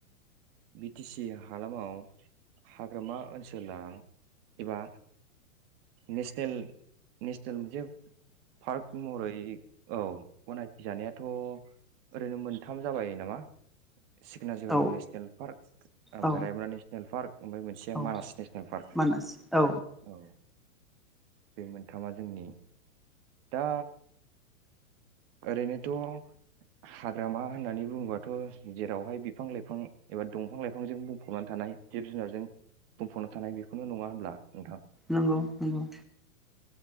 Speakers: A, on the right; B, in the centre.
A: बि टि सि हालामाव हाग्रामा ओनसोला एबा नेसनेल नेसनेल मोनसे पार्क महरै औ गनायथि जानाया थ' ओरैनो मोनथाम जाबाय नामा? सिखना जोहोलाव
B: औ
A: नेसनेल ओमफ्राय
B: औ
A: रायमना नेसनेल पार्क ओमफ्राय मोनसेया
B: औ
A: मानास नेसनेल पार्क
B: मानास औ
A: औ बे मोनथामा जोंनि दा ओरैनोथ' हाग्रामा होननानै बुङोबाथ' जेरावहाय बिफां लाइफां एबा दंफां लाइफांजों बुंफबना थानाय जिब जुनारजों बुंफबना थानाय बेखौनो नङा होनोमब्ला नोंथां
B: नंगौ नंगौ